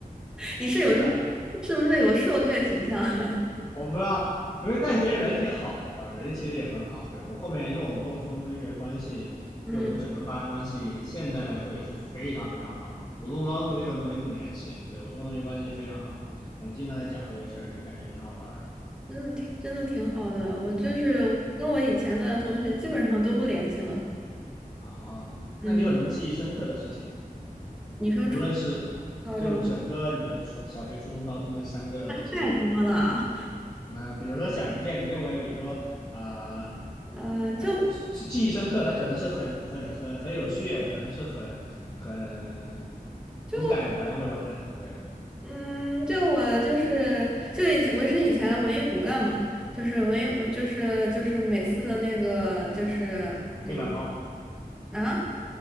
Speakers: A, in the centre; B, on the left.
A: 你是有是
B: 真的。
A: 是不是有受虐倾向？<laughs>
B: 我不知道，因为但是别人人挺好的，对吧？人其实也很好。对，我后面，因为我跟我双同学关系，
A: 嗯，
B: 就我们整个班关系，现在来说也是非常非常好的。我跟我高中同学可能没怎么联系，对，我中同学关系非常好，我们经常在讲这些事儿，就感觉挺好玩儿。
A: 真的挺真的挺好的。我就是跟我以前的同学基本上都不联系了。
B: 是的，啊，
A: 嗯，
B: 那你有什么记忆深刻的事情？
A: 你说初
B: 无论是就整个你的初小学、
A: 高中
B: 初中、高中这三个阶段，
A: 太多了，
B: 那比如说想一件你认为，比如说啊。呃
A: 嗯、
B: 他记记忆深刻，
A: 就
B: 他可能是很很很很有趣，可能是很很
A: 就
B: 很感人，或者很什么。对，
A: 嗯，就我就是就以我是以前文艺骨干嘛，就是文艺嗯就是就是每次的那个就是嗯
B: 黑板报，
A: 啊。